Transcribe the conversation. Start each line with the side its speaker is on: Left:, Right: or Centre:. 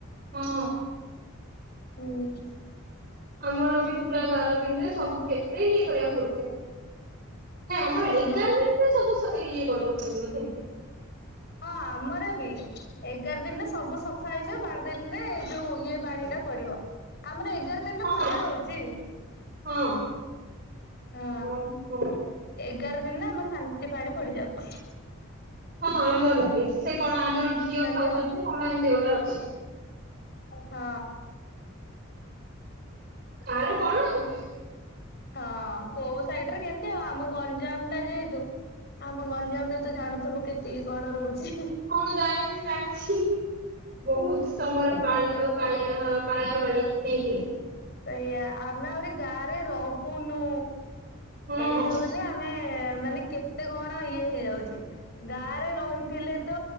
Right: ହଁ।
Left: ହୁଁ।
Right: ଆମର ବି ପୁରା ବାର ଦିନରେ ସବୁ କେତେ ଇଏ କରିବାକୁ ପଡୁଛି। ନାଇ ଆମର
Left: ଅହୋ
Right: ଏଗାର ଦିନ ଦିନ ସବୁ ସ ଇଏ କରିଦଉଥିଲୁ।
Left: ହଁ, ଆମର ବି ଏଗାର ଦିନରେ ସବୁ ସଫା ହେଇଯିବ, ବାର ଦିନରେ ଏଇ ଯୋଉ ଇଏ ପାଣି ଟା ପଡିବ। ଆମର ଏଗାର ଦିନରେ
Right: ହଁ
Left: ପୂଜା ହଉଛି।
Right: ହଁ।
Left: ହଁ,
Right: ଓହୋ
Left: ଏଗାର ଦିନରେ ଆମ ଶାନ୍ତି ପାଣି ପଡିଯାଉଛି।
Right: ହଁ, ଆମର ବି। ସେ କଣ ଆମର ଘିଅ
Left: ସରିଗଲା
Right: ଖାଉଛନ୍ତି କଣ ଏମିତି ଗୋଟେ ଅଛି।
Left: ହଁ।
Right: କାର କଣ ଆଉ।
Left: ହଁ, କୋଉ ସାଇଡରେ କେମତି ଆଉ ଆମ ଗଞ୍ଜାମଟା ଯେହେତୁ ଆମ ଗଞ୍ଜାମରେ ତ ଜାଣୁଥିବୁ କେତିକି କଣ ରହୁଛି।
Right: ହଁ ଜାଣିଛି ଜାଣିଛି। ବୋହୁତ୍ ତମର ପାଳ ପାଳି ପାଳ ପାଳି, ନାଇଁକି
Left: ସେଇଆ ଆମେ ଆହୁରି ଗାଁରେ ରହୁନୁ,
Right: ହଁ
Left: ଏଇଠି ବୋଲି ଆମେ ମାନେ କେତେ କଣ ଇଏ ହେଇଯାଉଛି। ଗାଁରେ ରହିଥିଲେ ତ